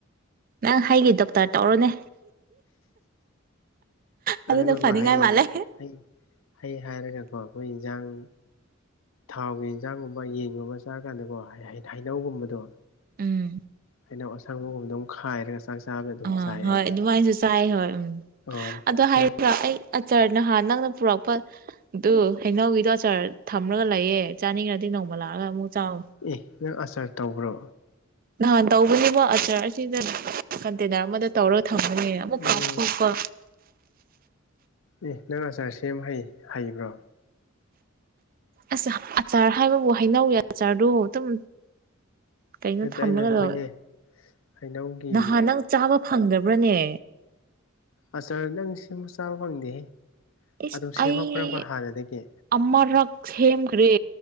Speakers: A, on the right (about 45°); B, on the left (about 75°).
A: ꯅꯪ ꯍꯩꯒꯤ ꯗꯣꯛꯇꯔ ꯇꯧꯔꯣꯅꯦ꯫ ꯑꯗꯨꯅ
B: ꯑꯗꯨꯒꯀꯣ
A: ꯐꯅꯤꯡꯉꯥꯏ
B: ꯍꯩ
A: ꯃꯥꯜꯂꯦ
B: ꯍꯩ꯫ ꯍꯩ ꯍꯥꯏꯔꯒꯀꯣ ꯑꯩꯈꯣꯏ ꯏꯟꯁꯥꯡ ꯊꯥꯎꯒꯤ ꯏꯟꯖꯥꯡꯒꯨꯝꯕ ꯌꯦꯟꯒꯨꯝꯕ ꯆꯥꯔ ꯀꯥꯟꯗꯀꯣ ꯍꯩ ꯍꯩꯅꯧꯒꯨꯝꯕꯗꯨ꯫
A: ꯎꯝ
B: ꯍꯩꯅꯧ ꯑꯁꯪꯕꯒꯨꯝꯕꯗꯣ ꯑꯃ ꯈꯥꯏꯔꯒ ꯆꯥꯛ ꯆꯥꯕꯗ ꯑꯗꯨꯝ
A: ꯑ
B: ꯆꯥꯏ
A: ꯍꯣꯏ
B: ꯑꯩꯗꯤ
A: ꯑꯗꯨꯃꯥꯏꯅꯁꯨ ꯆꯥꯏ ꯍꯣꯏ ꯎꯝ
B: ꯑꯣ
A: ꯑꯗꯣ ꯍꯥꯏꯕꯔ
B: ꯅꯪ
A: ꯑꯩ ꯆꯔ ꯅꯍꯥꯟ ꯅꯪꯅ ꯄꯨꯔꯛꯄ ꯑꯗꯨ ꯍꯩꯅꯧꯒꯤꯗꯣ ꯑꯆꯥꯔ ꯊꯝꯂꯒ ꯂꯩꯌꯦ ꯆꯥꯅꯤꯡꯔꯗꯤ ꯅꯣꯡꯃ ꯂꯥꯛꯑꯒ ꯑꯃꯨꯛ ꯆꯥꯎ꯫
B: ꯑꯦ ꯅꯪ ꯑꯆꯥꯔ ꯇꯧꯕ꯭ꯔꯣ꯫
A: ꯅꯍꯥꯟ ꯇꯧꯕꯅꯦꯕ ꯑꯆꯔ ꯑꯁꯤꯗ ꯀꯟꯇꯦꯅꯔ ꯑꯃꯗ ꯇꯧꯔꯒ ꯊꯝꯕꯅꯦ꯫ ꯑꯃꯨꯛ
B: ꯎꯝ
A: ꯀꯥꯎꯊꯣꯛꯄ
B: ꯑꯦ ꯅꯪ ꯑꯆꯥꯔ ꯁꯦꯝ ꯍꯩ ꯍꯩꯕ꯭ꯔꯣ꯫
A: ꯑꯁ ꯑꯆꯥꯔ ꯍꯥꯏꯕꯕꯨ ꯍꯩꯅꯧꯒꯤ ꯑꯆꯥꯔꯗꯨ ꯑꯗꯨꯝ ꯀꯩꯅꯣ
B: ꯅꯠꯇꯦ
A: ꯊꯝꯂꯒ
B: ꯑꯩꯅ
A: ꯂꯧ
B: ꯍꯣꯏꯅꯦ ꯍꯩꯅꯧꯒꯤ
A: ꯅꯍꯥꯟ ꯅꯪ ꯆꯥꯕ ꯐꯪꯗꯕ꯭ꯔꯅꯦ꯫
B: ꯑꯆꯥꯔ ꯅꯪ ꯁꯦꯝꯃ ꯆꯥꯕ ꯐꯪꯗꯦ
A: ꯏꯁ
B: ꯑꯗꯨꯝ ꯁꯦꯝꯃꯛꯄ꯭ꯔꯕ
A: ꯑꯩ
B: ꯍꯥꯟꯅꯗꯒꯤ꯫
A: ꯑꯃꯔꯛ ꯁꯦꯝꯈ꯭ꯔꯦ